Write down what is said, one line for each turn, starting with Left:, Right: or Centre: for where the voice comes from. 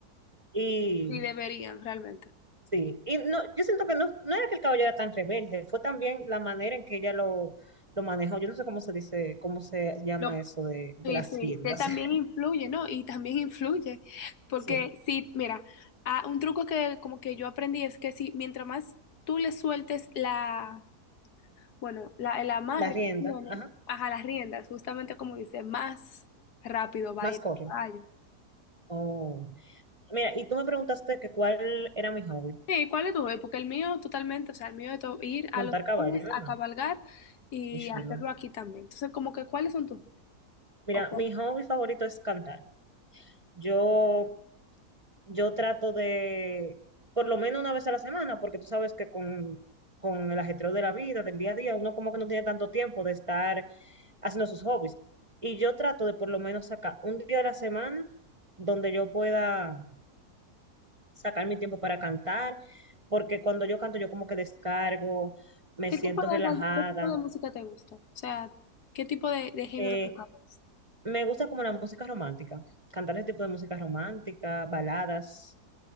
Right: Y
Left: si deberían realmente.
Right: sí, y no, yo siento que no, no era que el caballo era tan rebelde, fue también la manera en que ella lo, lo manejó. Yo no sé cómo se dice, cómo se llama
Left: Lo-
Right: eso de, de
Left: sí,
Right: las
Left: sí,
Right: riendas.
Left: que también
Right: <laughs>
Left: influye, ¿no? Y también influye, porque
Right: Sí,
Left: sí, mira, ah, un truco que como que yo aprendí es que si mientras más tú le sueltes la Bueno, la, el amarre
Right: la rienda,
Left: que tiene,
Right: ajá,
Left: ajá, las riendas, justamente como dice, más rápido va
Right: más
Left: a ir
Right: corre.
Left: el caballo.
Right: Oh. Mira, y tú me preguntaste que cuál era mi hobby.
Left: Sí, ¿cuál es tu hobby? Porque el mío totalmente, o sea, el mío es to- ir a
Right: Montar
Left: los
Right: caballo,
Left: pueblos
Right: ¿verdad?
Left: a cabalgar y
Right: Qué chulo.
Left: hacerlo aquí también. Entonces, como que, ¿cuáles son tus hobbies?
Right: Mira,
Left: ¿O cuál-
Right: mi hobby favorito es cantar. Yo, yo trato de, por lo menos una vez a la semana, porque tú sabes que con, con el ajetreo de la vida, del día a día, uno como que no tiene tanto tiempo de estar haciendo sus hobbies. Y yo trato de por lo menos sacar un día a la semana donde yo pueda sacar mi tiempo para cantar, porque cuando yo canto yo como que descargo, me
Left: qué
Right: siento
Left: tipo
Right: relajada.
Left: de, gal- qué tipo de música te gusta? O sea, ¿qué tipo de, de género
Right: Eh,
Left: tocas?
Right: Me gusta como la música romántica, cantar ese tipo de música romántica, baladas,